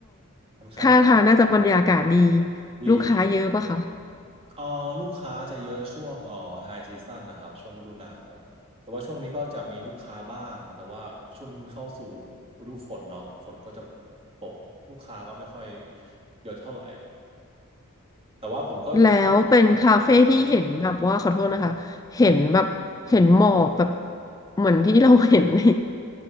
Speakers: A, on the right (about 25°); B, on the left (about 15°).
A: ค่อนข้าง
B: ท่าทางน่าจะบรรยากาศดี
A: ดี
B: ลูกค้าเยอะป่ะคะ
A: เอ่อลูกค้าจะเยอะช่วงเอ่อไฮซีซั่นนะครับช่วงฤดูหนาวแต่ว่าช่วงนี้ก็จะมีลูกค้าบ้างแต่ว่าช่วงนี้มันเข้าสู่ฤดูฝนเนาะฝนก็จะตกลูกค้าก็ไม่ค่อยเยอะเท่าไหร่แต่ว่าผมก็
B: แล้วเป็นคาเฟ่ที่เห็นแบบว่าขอโทษนะคะ เห็นแบบเห็นหมอกแบบ เหมือนที่เราเห็นใน